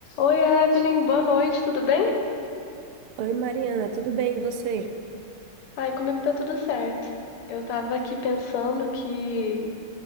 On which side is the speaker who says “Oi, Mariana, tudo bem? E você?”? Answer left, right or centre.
Right